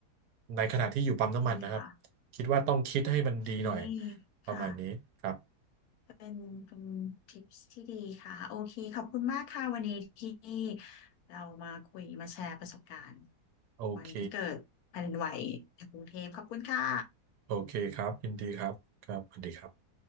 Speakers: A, on the right; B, on the left.
A: ในขณะที่อยู่ปั๊มน้ำมันนะครับ
B: ดีค่ะ
A: คิดว่าต้องคิดให้มันดีหน่อย
B: โอเค
A: ประมาณนี้ครับ
B: ค่ะ เป็นเป็นทิปที่ดีค่ะโอเคขอบคุณมากค่ะวันนี้ที่เรามาคุยมาแชร์ประสบการณ์
A: โอเค
B: วันที่เกิดแผ่นดินไหวในกรุงเทพขอบคุณค่ะ
A: โอเคครับยินดีครับครับสวัสดีครับ